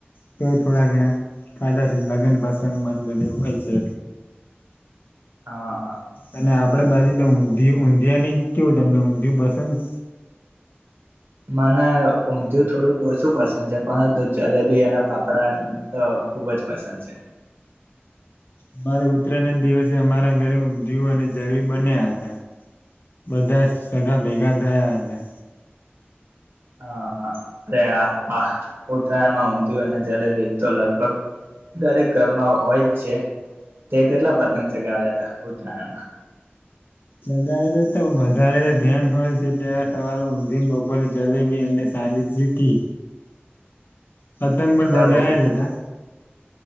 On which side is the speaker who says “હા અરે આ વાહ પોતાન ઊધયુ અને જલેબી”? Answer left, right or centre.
Right